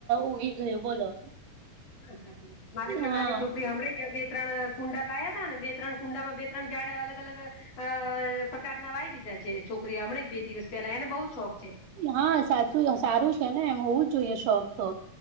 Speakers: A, on the right; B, on the left.
A: ઉગી ગયુ બોલો
B: હ સાચી વાત મારી પણ
A: હા
B: નાની છોકરી હમણાં જ બે ત્રણ કુંડા લાયા ત ને બે ત્રણ કુંડામાં બે ત્રણ જાડા અલગ અલગ અ પ્રકારના વાઈ દીધા છે. છોકરી હમળે જ બે દિવસ પેલા એને બઉુ શોખ છે.
A: હા સાચું સારું છેને, એમ હોવું જ જોઈએ શોખ તો